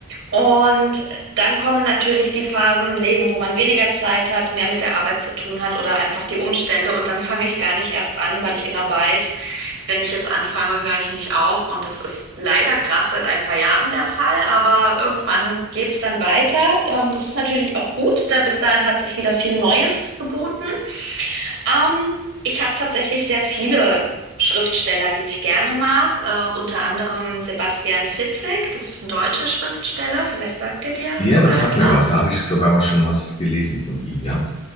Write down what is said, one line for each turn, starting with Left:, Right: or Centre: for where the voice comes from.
Right: und dann kommen natürlich die Phasen im Leben, wo man weniger Zeit hat, mehr mit der Arbeit zu tun hat oder einfach die Umstände. Und dann fange ich gar nicht erst an, weil ich genau weiß, wenn ich jetzt anfange, höre ich nicht auf. Und das ist leider gerade seit ein paar Jahren der Fall, aber irgendwann geht's dann weiter. Ähm, das ist natürlich auch gut, denn bis dahin hat sich wieder viel Neues geboten. Ähm, ich habe tatsächlich sehr viele Schriftsteller, die ich gerne mag. Äh, unter anderem Sebastian Fitzek, das ist ein deutscher Schriftsteller, vielleicht sagt er dir
Left: Ja,
Right: sogar
Left: das sagt
Right: etwas.
Left: mir was. Da habe ich sogar mal schon was gelesen von ihm, ja.